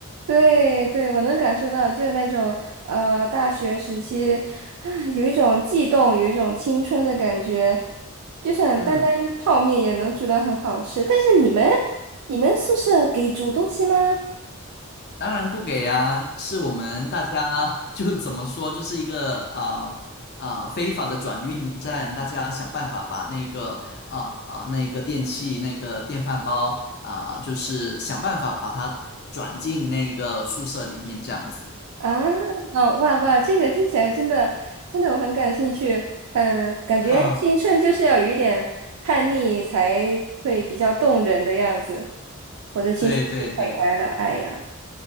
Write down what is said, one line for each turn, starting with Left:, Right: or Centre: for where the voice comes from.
Right: 对对，我能感受到，就是那种呃大学时期啊，有一种悸动，有一种青春的感觉，就算单单泡面也能煮的很好吃。
Left: 嗯
Right: 但是你们你们宿舍给煮东西吗？
Left: 当然不给啊，是我们大家就怎么说，就是一个啊啊、非法的转运站，大家想办法把那个啊啊、那个电器那个电饭煲啊、就是想办法把它转进那个宿舍里面这样子，
Right: 啊，啊哇哇，这个听起来真的真的我很感兴趣。嗯，感觉青春就是要有一点叛逆才
Left: 哈。
Right: 会比较动人的样子。我的青春是太乖了，
Left: 对对对
Right: 哎呀，